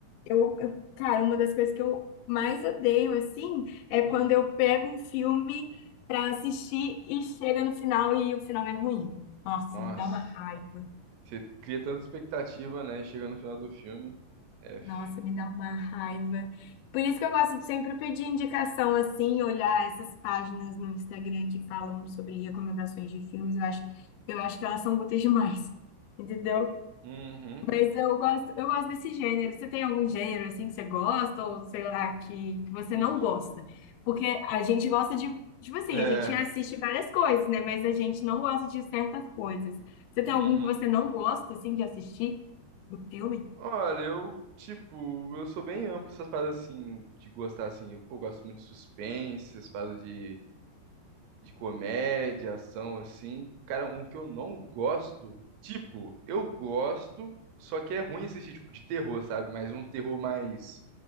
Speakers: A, on the left (about 85°); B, on the right (about 80°).
A: eu, eu- cara, uma das coisas que eu mais odeio, assim, é quando
B: hum.
A: eu pego um filme para assistir e chega no final e o final é ruim. Nossa,
B: Nossa,
A: me dá uma raiva.
B: você cria tanta expectativa, né? Chega no final do filme. F.
A: Nossa, me dá uma raiva. Por isso que eu gosto de sempre pedir indicação assim, olhar essas páginas no Instagram que falam sobre recomendações de filmes, eu acho, eu acho que elas são úteis demais. <laughs> Entendeu?
B: Uhum.
A: Mas eu gosto, eu gosto desse gênero. Você tem algum gênero assim que você gosta ou sei lá que, que você
B: Hum,
A: não gosta? Porque a gente gosta de, tipo assim,
B: É.
A: a gente assiste várias coisas, né? Mas a gente não gosta de certas coisas. Você tem
B: Uhum.
A: algum que você não gosta assim de assistir no filme?
B: Olha, eu, tipo, eu sou bem amplo essas paradas assim, de gostar assim. Eu, pô, gosto muito de suspense, essas paradas de, de comédia, ação, assim. Cara, um que eu não gosto, tipo, eu gosto, só que é ruim assistir, tipo, de terror, sabe? Mas um terror mais